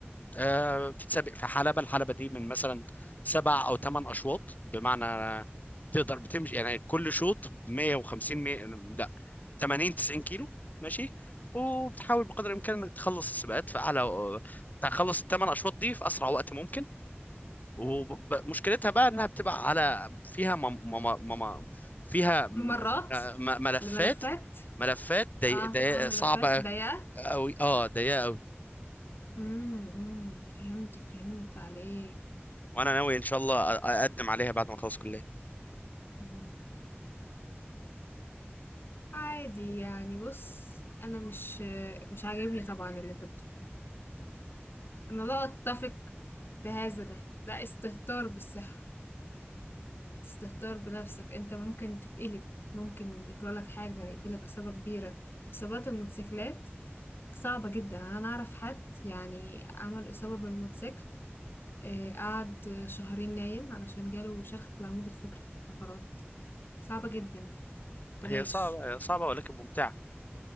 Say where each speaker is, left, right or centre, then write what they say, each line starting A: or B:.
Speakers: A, on the left (about 40°); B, on the left (about 55°).
A: آه بتتسابق في حلبه الحلبه دي من مثلا سبع او ثمان اشواط بمعنى تقدر بتمشي يعني كل شوط 150 100 لا 80 90 كيلو ماشي وبتحاول بقدر الامكان انك تخلص السباقات في اعلى تخلص الثمان اشواط دي في اسرع وقت ممكن ومشكلتها بقى انها بتبقى على فيها مم مم مم فيها م-
B: ممرات
A: م- ملفات
B: لملفات
A: ملفات ضيق
B: اه
A: ضيق
B: اه ملفات
A: صعبة
B: ضيقة
A: قوي اه ضيقة قوي
B: امم أمم، فهمت فهمت عليه
A: وانا ناوي ان شاء الله أ- اقدم عليها بعد ما اخلص كلية
B: أمم، عادي يعني بص انا مش مش عاجبني طبعا اللي انت بتقوله انا لا اتفق في هذا ده ده استهتار بالصحة استهتار بنفسك انت ممكن تتقلب ممكن يجرالك حاجة يجيلك اصابة كبيرة اصابات الموتوسيكلات صعبة جدا أنا أعرف حد يعني عمل إصابة بالموتوسيكل آه، قعد شهرين نايم علشان جاله شرخ في العمود الفقري في الفقرات صعبة جدا بلاش
A: هي صعبة صعبة ولكن ممتعة